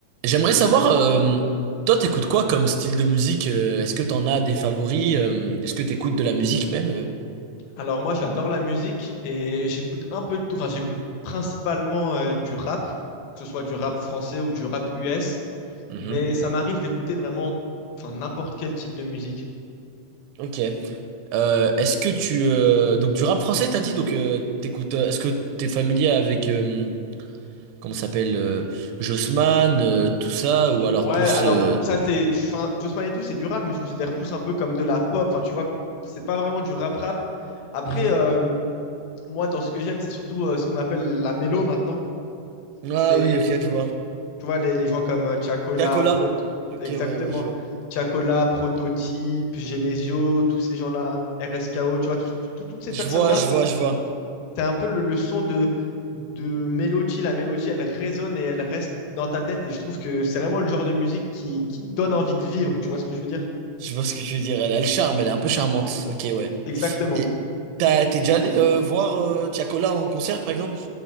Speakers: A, on the right; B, on the left.
A: J'aimerais savoir, euh, toi, t'écoutes quoi comme style de musique? euh, est-ce que t'en as des favoris? euh, est-ce que t'écoutes de la musique même? euh
B: Alors moi, j'adore la musique et j'écoute un peu de tout. Enfin, j'écoute principalement euh, du rap, que ce soit du rap français ou du rap US,
A: Mhm.
B: mais ça m'arrive d'écouter vraiment, enfin, n'importe quel type de musique.
A: Ok. Euh, est-ce que tu euh, donc du rap français t'as dit donc euh, t'écoutes euh, est-ce que t'es familier avec euh, comment ça s'appelle euh, Jossman euh, tout ça ou alors
B: Ouais,
A: plus
B: alors
A: euh,
B: ça c'est, enfin, Josman et tout, c'est du rap, mais je considère plus un peu comme de la pop. Enfin, tu vois, c'est pas vraiment du rap rap. Après,
A: Mhm.
B: euh, moi, dans ce que j'aime, c'est surtout euh, ce qu'on appelle la mélo maintenant.
A: Ah
B: C'est
A: oui ok je vois
B: Tu vois, les, les gens comme euh, Chacola,
A: Cacola
B: Proto...
A: ok
B: exactement.
A: ouais ouais je vois
B: Chacola, Prototype, Genesio, tous ces gens-là, RSKO, tu vois, tout- tout- tout- toutes ces
A: je
B: personnes-là,
A: vois je vois je vois
B: c'est un peu le, le son de, de mélodie. La mélodie, elle résonne et elle reste dans ta tête. Et je trouve que c'est vraiment le genre de musique qui, qui donne envie de vivre, tu vois ce que je veux dire?
A: je vois ce que tu veux dire elle a le charme elle est un peu charmante ok ouais
B: Exactement.
A: Et t'as, t'es déjà allé euh, voir euh, Tiakola en concert, par exemple?